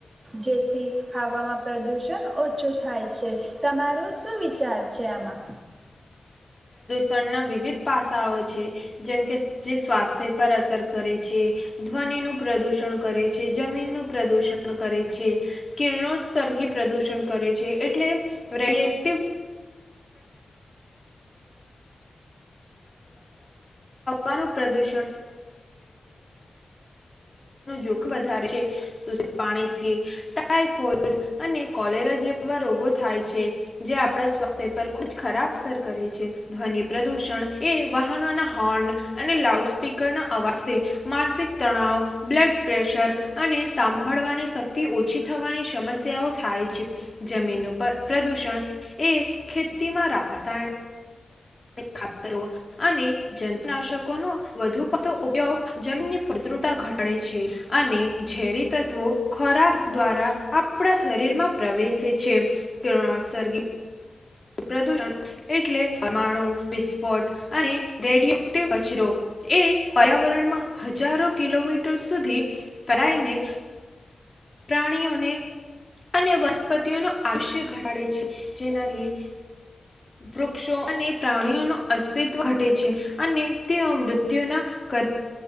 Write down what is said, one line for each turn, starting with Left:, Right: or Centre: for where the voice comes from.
Right: જેથી હવામાં પ્રદુષણ ઓછું થાય છે તમારું શું વિચાર છે આમાં
Left: સ્ળના વિવિધ પાસાઓ છે જેમકે જે સ્વાસ્થ્ય પર અસર કરે છે ધ્વનિ નુ પ્રદૂષણ કરે છે જમીનનું પ્રદૂષણ કરે છે કિરણોત્સર્ગી પ્રદુષણ કરે છે એટલે રિએક્ટિવ વાનું પ્રુણ રગ જોખમ વધ છેિત પાણીથી ટાઈફોડ અને કોલેરા જેવા રોગો થાય છે જે આપણા સ્વાસ્થ્ય પર ખુ ખરાબ અસર કરે છે ધવ પ્રદુષણ એ વાહનોના હોર્ન અને લાઉડ સ્પીકર ના અવાજથી માનસિક તણાવ બ્લડ પ્રેશર અને સાંભળવાની શક્તિ ઓછી થવાની સમસ્યાઓ થાય છે જમીનનું પ્રદૂષણ એ ખેતીમાં રાસાયણ ખાતરો અને જંતુનાશક ઓનો વધુ પડતો ઉપયોગ જમીનીદુતા ઘટાડે છે અને ઝેરી તત્વો ખોરાક દ્વારા આપણા શરીરમાં પ્રવેશે છેરગ પ્રદૂષણ એટલે પરમાણુ વિસ્ફોટ અને રેડિએક્ટિવ કછરો એ પર્યાવરણમાં હજારો કિલોમીટર સુધી ફેલાઈને પ્રાણીઓને અને વનસ્પતિઓ ન આયુષ્ય ઘટાડે છે જેનાથી વૃક્ષો અને પ્રાણીઓનું અસ્તિત્વ ઘટે છે અને તેઓ મૃત્યુના કર